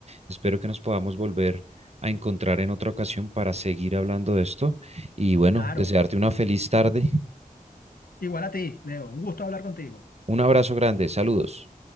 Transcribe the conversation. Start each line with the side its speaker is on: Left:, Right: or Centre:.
Right: espero que nos podamos volver a encontrar en otra ocasión para seguir hablando de esto. Y bueno,
Left: Claro.
Right: desearte una feliz tarde.
Left: Igual a ti, Leo. Un gusto hablar contigo.
Right: Un abrazo grande, saludos.